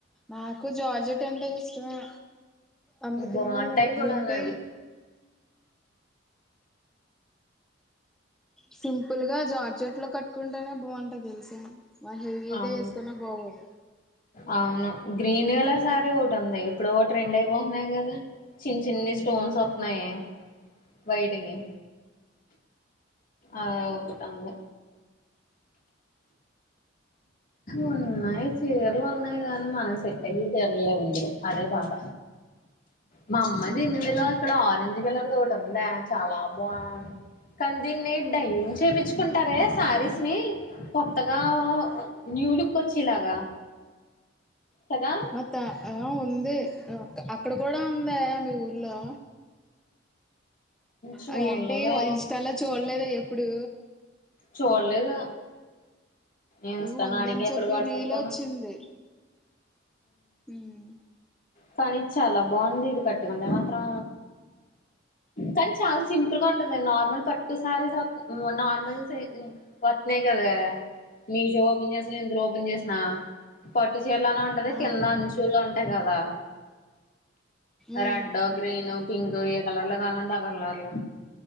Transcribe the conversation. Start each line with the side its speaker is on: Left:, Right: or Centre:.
Centre: నాకు జార్జట్ అంటే ఇష్టమే అందుకనే
Left: బాగుంటాయి కూడాను
Centre: ఏంటి
Left: అవి
Centre: సింపుల్ గా జార్జెట్ లో కట్టుకుంటేనే బాగుంటాది తెలుసా అంత హెవీగా
Left: అవును
Centre: వేసుకున్న బాగోవు
Left: అవును గ్రీన్ కలర్ శారీ ఒకటి ఉంది ఇప్పుడు ఓ ట్రెండ్ అయిపోతున్నాయి కదా చిన్ని చిన్ని స్టోన్స్ వస్తున్నాయి వైట్ గా ఆ ఒకటి ఉంది ఉన్నాయి చీరలున్నాయి కానీ మనకు సెట్టయె చీరలు లేవు ఇందులో అదే బాధ మా అమ్మ ది ఇందులో అక్కడ ఆరెంజ్ కలర్ ది ఒకటుందే చాలా బాన్ కానీ దీన్ని నడైయింగ్ చేపిచ్చుకుంటారే శారీస్ ని కొత్తగా ఆ ఊ న్యూ లుక్ వచ్చేలాగా కదా
Centre: అతా అ వుంది అక్కడ కూడా ఉందా మీ ఊర్లో
Left: చూడలేదే
Centre: అ ఏంటి ఇన్స్టాలో చూడలేదా ఎప్పుడు
Left: చూడలేదు ఇన్స్టాను
Centre: ఏం ఉందని
Left: అడిగి
Centre: చెప్పి
Left: ఎక్కడ వాట్సప్తాను
Centre: రీల్ వచ్చింది ఊమ్
Left: కానీ చాలా బాగుంది ఇది కట్టుకుంటే మాత్రం కానీ చాలా సింపుల్ సింపుల్ గా ఉంటది నార్మల్ పట్టు సారీస్ నార్మల్ సైజు వత్నియ్యి కదే మీ షో ఓపెన్ చేసిన ఇందులో ఓపెన్ చేసిన ప పట్టు చీరలోనే ఉంటది
Centre: ఆ
Left: కింద అంచులో ఉంటాయి కదా
Centre: ఉమ్,
Left: రెడ్ గ్రీను పింక్ ఏ కలర్లో కావాలంటే ఆ కలర్లో